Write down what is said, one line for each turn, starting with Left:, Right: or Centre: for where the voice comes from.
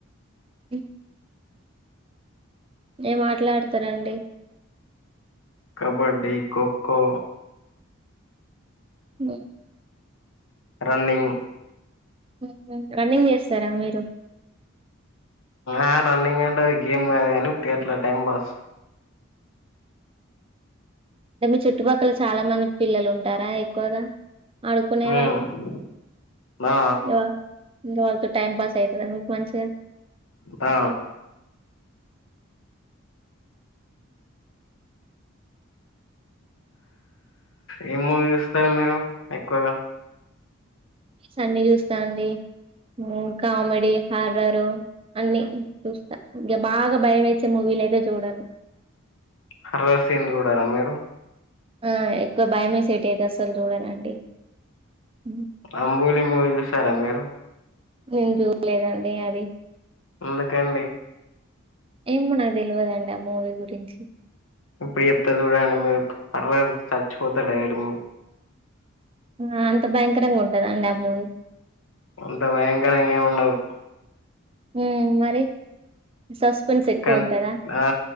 Right: ఇ ఏ ఆట్లాడతరండి?
Left: కబడ్డీ, క్కొ క్కో
Right: <unintelligible>
Left: రన్నింగ్
Right: ఉహు రన్నింగ్ చేస్తరా మీరు?
Left: ఆ రన్నింగ్ అంటే అది గేమ్ కాదు గనీ, ఉత్తిగా అట్లా టైం పాస్.
Right: అంటే మీ చుట్టుపక్కల చాలా మంది పిల్లలు ఉంటారా ఎక్కువగా? ఆడుకునేవాళ్ళు
Left: మ్మ్ ఆ
Right: యవరు ఇంకా వాళ్ళతో టైమ్ పాస్ ఐతదా మీకు మంచిగా?
Left: ఆ
Right: <inaudible>
Left: ఏం మూవీ చూస్తారు మీరు ఎక్కువగా?
Right: మూవీస్ అన్ని చూస్తానండి, ఉమ్ కామెడీ, హర్రరు అన్ని చూస్తా, ఇంగా బాగా భయమేసే మూవీలు అయితే చూడను.
Left: హోర్రర్స్ ఏం చూడరా మీరు?
Right: ఆ ఎక్కువ భయమేసెటి అయితే అస్సలు చూడనండి. ఉమ్
Left: అంబూలి మూవీ చూసారా మీరు?
Right: నేను చూల్లేదండి అది.
Left: ఎందుకండి?
Right: ఏమో నా తెలవదండి ఆ మూవీ గురించి.
Left: ఇప్పుడు చెప్త చూడండి, మీక్ అర్దం చచ్చిపోతా డై మీర్
Right: ఆ అంత భయంకరంగా ఉంటద అండి ఆ మూవి?
Left: ఎంత భయంకరంగా ఏం ఉండదు.
Right: ఉమ్ మరి సస్పెన్స్ ఎక్కువ
Left: కానీ
Right: ఉంటందా?
Left: ఆ